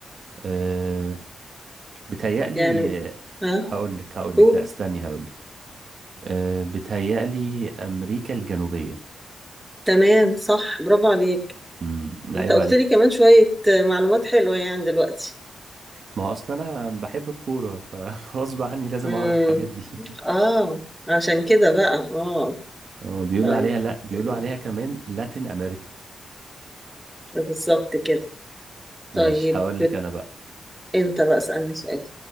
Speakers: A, on the right; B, in the centre.
A: آه، بتهيألي
B: يعني
A: آه،
B: ها
A: هقولك هقولك
B: قول
A: لا استني هقولك آه، بتهيألي أمريكا الجنوبية
B: تمام صح برافو عليك
A: امم لا
B: انت
A: عيب
B: قلت
A: عليك
B: لي كمان شوية معلومات حلوة يعني دلوقتي
A: ما هو اصلا انا بحب الكوره فغصب <laughs> عني لازم
B: مم.
A: اعرف الحاجات دي <laughs>
B: اه عشان كده بقى اه
A: هو بيقولوا
B: طيب
A: عليها لا بيقولوا
B: تمام.
A: عليها كمان لاتين امريكا
B: بالظبط كده طيب
A: ماشي هقول لك انا بقى
B: انت بقى اسألني سؤال